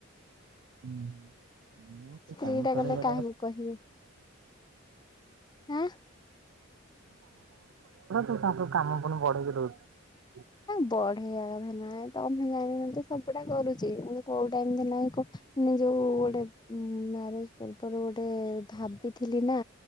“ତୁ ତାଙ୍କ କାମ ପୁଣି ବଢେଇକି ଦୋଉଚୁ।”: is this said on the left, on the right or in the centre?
Right